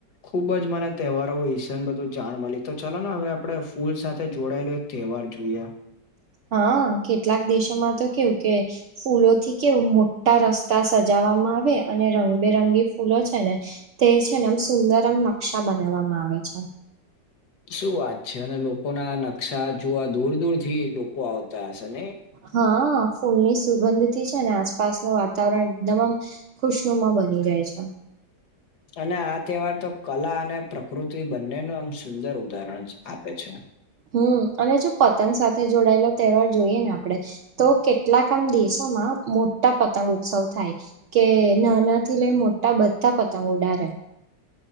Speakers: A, on the left; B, on the right.
A: ખુબ જ મને તહેવારો હઈસણ બધું જાણ મળી તો ચલો ને હવે આપડે ફૂલ સાથે જોડાયેલું એક તહેવાર જોઈયા.
B: હા કેટલાક દેશોમાં તો કેવું કે ફૂલોથી કેવું મોટા રસ્તા સજાવામાં આવે. અને રંગબેરંગી ફૂલો છે ને, તે છે ને આમ સુંદર આમ નકશા બનાવવામાં આવે છે.
A: શું વાત છે અને લોકોના નકશા જોવા દૂર દૂર થી લોકો આવતા હશે ને?
B: હા ફૂલની સુગંધથી છે ને આસપાસનું વાતાવરણ એકદમ મ જ ખુશનુમા બની જાય છે.
A: અને આ તહેવાર તો કલા અને પ્રકૃતિ બંનેનું આમ સુંદર ઉદાહરણ છે આપે છે.
B: હમ્મ અને જો પતંગ સાથે જોડાયેલો તહેવાર જોઈએ ને આપડે. તો કેટલાક આમ દેશોમાં મોટા પતંગ ઉત્સવ થાય. કે નાના થી લઈ મોટા બધા પતંગ ઉડારેે.